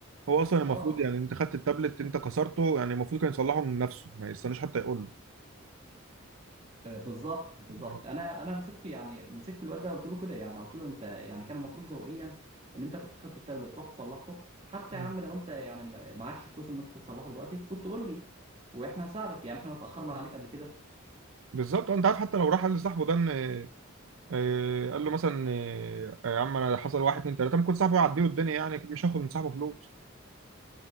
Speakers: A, on the right (about 70°); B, on the right (about 30°).
A: هو اصلا المفروض
B: اه
A: يعني انت خدت التابلت انت كسرته يعني المفروض كان يصلحه من نفسه ما يستناش حتى يقول له
B: بالظبط بالظبط
A: يعني
B: انا انا مسكته يعني مسكت الواد ده قلت له كده يعني قلت له انت يعني كان المفروض ذوقيا ان انت كنت خدت التابلت رحت صلحته حتى
A: مم.
B: يا عم لو انت يعني ما- معكش فلوس ان انت تصلحه دلوقتي كنت قول لي واحنا نساعدك يعني احنا اتاخرنا عليك قبل كده
A: بالظبط انت عارف حتى لو راح قال لصاحبه ده ان آه، قال له مثلا آه، يا عم انا حصل واحد اتنين تلاته ممكن صاحبه يعديله الدنيا يعني أكيد مش هاخد من صاحبه فلوس